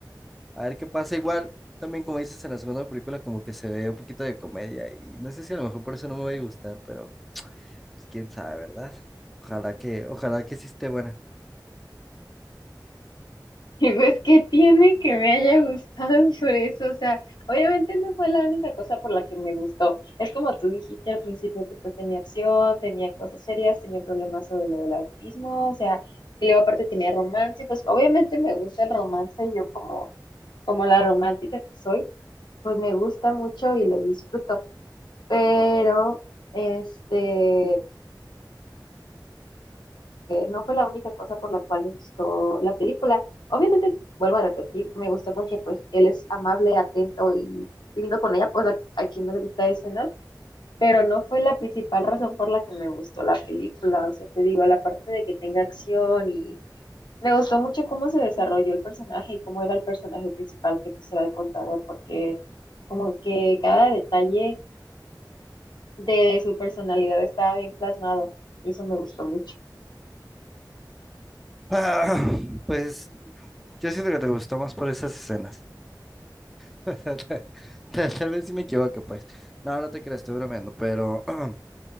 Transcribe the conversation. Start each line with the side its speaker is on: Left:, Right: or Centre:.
Centre: a ver qué pasa. Igual, también como dices en la segunda película, como que se ve un poquito de comedia y no sé si a lo mejor por eso no me va a gustar, pero pues quién sabe, ¿verdad? Ojalá que, ojalá que sí esté buena.
Left: Y pues qué tiene que me haya gustado por eso, o sea, obviamente no fue la única cosa por la que me gustó. Es como tú dijiste al principio que pues tenía acción, tenía cosas serias, tenía problemas sobre lo del autismo, o sea, y luego aparte tenía romance, y pues obviamente me gusta el romance, yo como como la romántica que soy, pues me gusta mucho y lo disfruto. Pero este no fue la única cosa por la cual me gustó la película. Obviamente, vuelvo a repetir, me gustó porque pues él es amable, atento y lindo con ella, pues a, a quien no le gusta eso, ¿no? Pero no fue la principal razón por la que me gustó la película. O sea, te digo, la parte de que tenga acción y Me gustó mucho cómo se desarrolló el personaje y cómo era el personaje principal, que pues era el contador, porque como que cada detalle de su personalidad estaba bien plasmado y eso me gustó mucho.
Centre: Ah, pues Yo siento que te gustó más por esas escenas. <laughs> Tal, tal vez sí me equivoco, pues. No, no te creas, estoy bromeando, pero <clears throat>